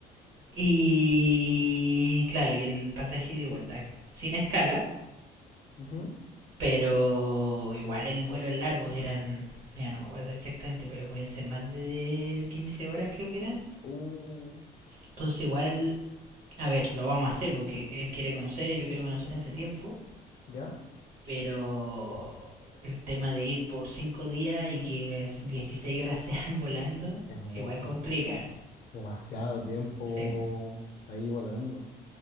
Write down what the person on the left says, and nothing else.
Ujú.
Uh,
¿ya?
Es mucho,
demasiado tiempo
ahí volando.